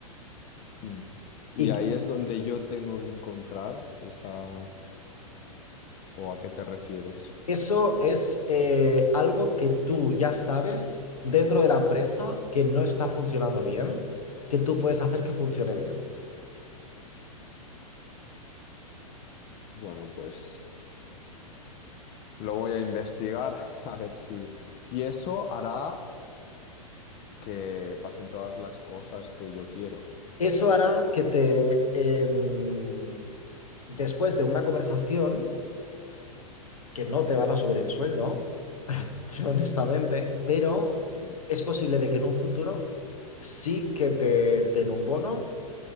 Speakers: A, on the left; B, on the left.
A: Mm. Y
B: y
A: ahí es donde yo tengo que encontrar esa... ¿O a qué te refieres?
B: Eso es eh, algo que tú ya sabes dentro de la empresa que no está funcionando bien, que tú puedes hacer que funcione bien.
A: Bueno, pues lo voy a investigar <laughs> a ver si... Y eso hará que pasen todas las cosas que yo quiero,
B: Eso hará que te, em, después de una conversación, que no te van a subir el sueldo, <laughs> honestamente, pero
A: Mm.
B: es posible de que en un futuro sí que te den un bono